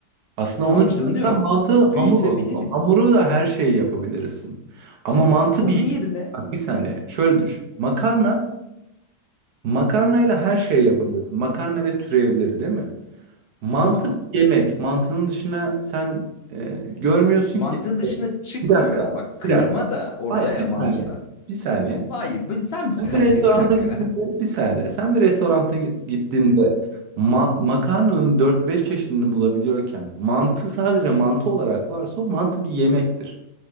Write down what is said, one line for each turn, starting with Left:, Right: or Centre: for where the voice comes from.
Right: Aslında
Left: Tamam
Right: onu
Left: işte
Right: çıkartan
Left: onu diyorum.
Right: mantı
Left: Büyütebiliriz.
Right: hamur olur. Hamuru da her şeyi yapabilirsin. Ama mantı
Left: Onun
Right: bir...
Left: yerine
Right: Bak bir saniye. Şöyle düşün. Makarna, makarnayla her şeyi yapabilirsin. Makarna ve türevleri değil mi? Mantı
Left: tamam.
Right: bir yemek. Mantının dışına sen e, görmüyorsun
Left: Mantığın
Right: ki.
Left: dışına çıkmıyorum.
Right: Bir dakika.
Left: Bak kıyma
Right: Bir dakika.
Left: da orada
Right: Hayır,
Left: ya
Right: bir
Left: mantıda.
Right: saniye. Bir saniye.
Left: Hayır, bu- sen bir saniye,
Right: Sen bir restoranta
Left: bir dakika.
Right: gittiğinde
Left: <laughs>
Right: bir saniye. Sen bir restoranta gittiğinde ma makarnanın dört beş çeşidini bulabiliyorken mantı sadece mantı olarak varsa o mantı bir yemektir.